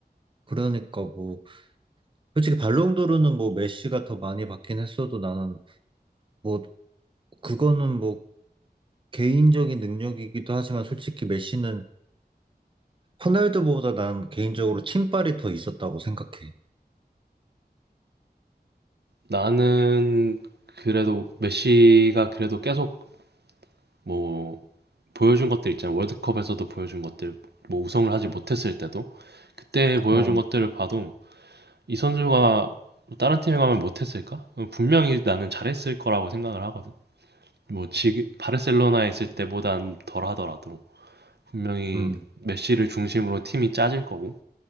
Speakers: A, on the right; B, on the right.
A: 그러니까 뭐 솔직히 발롱도르는 뭐 메시가 더 많이 받긴 했어도 나는 뭐 그거는 뭐 개인적인 능력이기도 하지만 솔직히 메시는 호날두보다 난 개인적으로 팀빨이 더 있었다고 생각해.
B: 나는 그래도 메시가 그래도 계속 뭐 보여준 것들 있잖아. 월드컵에서도 보여준 것들, 뭐 우승을 하지 못했을 때도 그때 보여준
A: 어,
B: 것들을 봐도 이 선수가 뭐 다른 팀에 가면 못했을까? 분명히 나는 잘했을 거라고 생각을 하거든. 뭐 지금 바르셀로나에 있을 때보단 덜 하더라도 분명히
A: 음,
B: 메시를 중심으로 팀이 짜질 거고